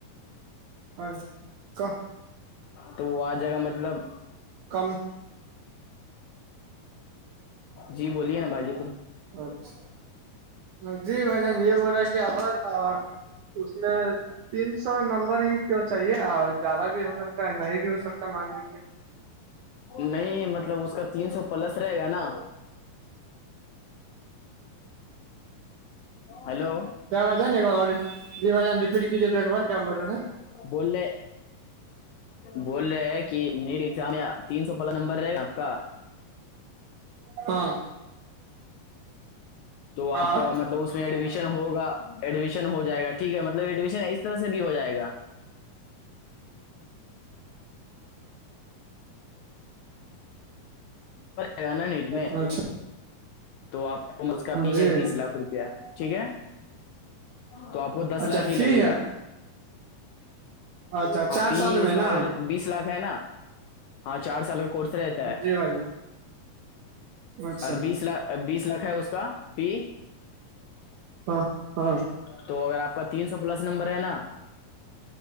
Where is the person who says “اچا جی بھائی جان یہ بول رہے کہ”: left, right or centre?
Right